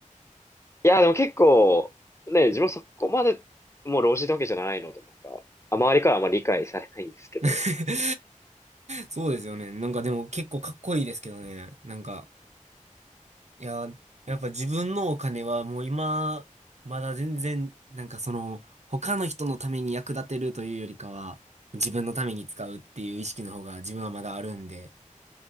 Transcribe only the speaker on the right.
<laughs> そうですよね。なんかでも結構かっこいいですけどね。なんか、いや、やっぱ自分のお金はもう今、まだ全然、なんかその、他の人のために役立てるというよりかは、自分のために使うっていう意識の方が自分はまだあるんで、